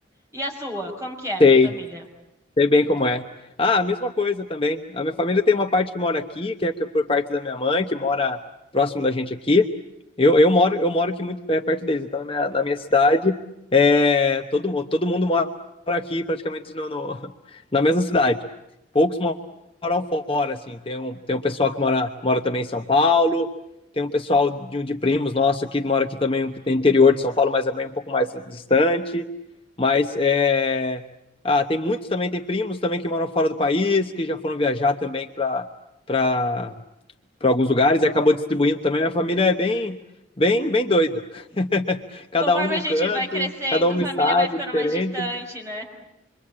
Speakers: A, on the right; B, on the left.
A: E a sua? Como que é essa
B: Sei.
A: família?
B: Sei bem como é. Ah, a mesma coisa também. A minha família tem uma parte que mora aqui, que é que- por parte da minha mãe, que mora próximo da gente aqui. Eu, eu moro, eu moro aqui muito é, perto deles, então na minha, na minha cidade, é, todo, mu- todo mundo mora aqui praticamente no, no- <laughs> na mesma cidade. Poucos mo- moram fora, assim. Tem um, tem um pessoal que mora, mora também em São Paulo, tem um pessoal de, de primos nosso aqui, mora aqui também, um, tem interior de São Paulo, mas é bem um pouco mais distante. Mas é. Ah, tem muitos também, tem primos também que moram fora do país, que já foram viajar também para para alguns lugares e acabou distribuindo também. Minha família é bem, bem, bem doida. <laughs> cada
A: Conforme
B: um num
A: a gente
B: canto,
A: vai crescendo,
B: cada um no
A: família
B: estado
A: vai ficando
B: diferente.
A: mais distante, né?